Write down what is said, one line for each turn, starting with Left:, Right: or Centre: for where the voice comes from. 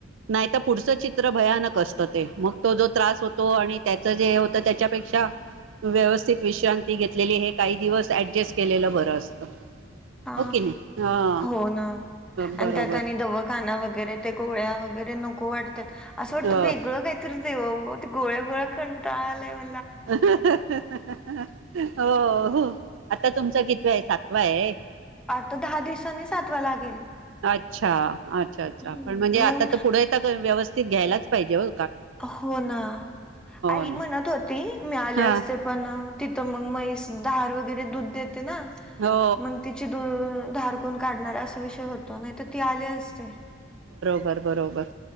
Right: नाही तर पुढचं चित्र भयानक असतं. ते मग तो जो त्रास होतो आणि त्याचं जे हे होत. त्याच्यापेक्षा व्यवस्थित विश्रांती घेतलेली, हे काही दिवस ऍडजस्ट केलेलं बरं असत.
Centre: हा
Right: हो कि नाही, हा.
Centre: हो ना
Right: बरोबर
Centre: आणि त्यात आणि दवाखाना वगैरे ते गोळ्या वगैरे नको वाटतात. असं वाटत,
Right: ह
Centre: वेगळं काहीतरी देवाव गोळया, गोळया कंटाळा आलाय म
Right: अ ह ह ह ह अ हो हो, आता तुमचा कितवा आहे, सातवा आहे?
Centre: आता दहा दिवसांनी सातवा लागेल.
Right: अच्छा अच्छा अच्छा!
Centre: हम्म
Right: पण म्हणजे आता
Centre: मग
Right: तर पुढे येत का व्यवस्था ते घ्यायलाचं पाहिजे अ
Centre: हो ना आई
Right: ना
Centre: म्हणत होती, मी आले
Right: हा
Centre: असते पण तिथं मग म्हैस धार, वगैरे दुध देत देते ना,
Right: हो
Centre: मग तिची दु धार कोण काढणार, असा विषय होता. नाही तर, ती आले असते.
Right: बर- बरोबर.